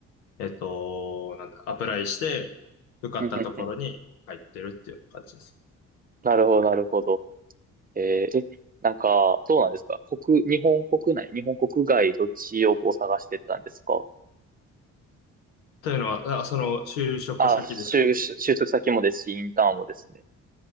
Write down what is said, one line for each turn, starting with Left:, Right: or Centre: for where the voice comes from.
Left: えっと、なんだ、アプライして、受かったところに入ってるっていうような感じです。
Right: うんうんうん。なるほど、なるほど。えーえ、なんか、そうなんですか。国、日本国内、日本国外、どっちをこう探してったんですか
Left: というのは、あ、その就職先ですか
Right: あ、就、就就職先もですし、インターンもですね。